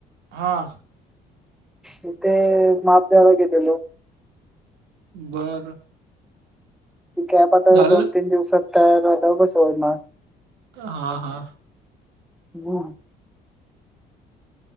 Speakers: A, on the right; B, in the centre.
A: हां.
B: म ते माप त्याला गेलेलो.
A: बर.
B: गॅप आता
A: झालं
B: दोन तीन दिवसात तयार झालं बस होय मग.
A: हा हा.
B: बन.